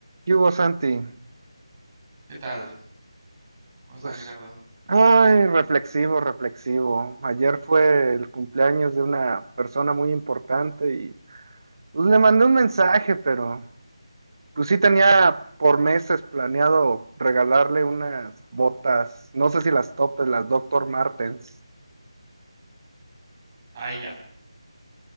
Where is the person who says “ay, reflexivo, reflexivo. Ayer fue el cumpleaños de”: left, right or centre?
Right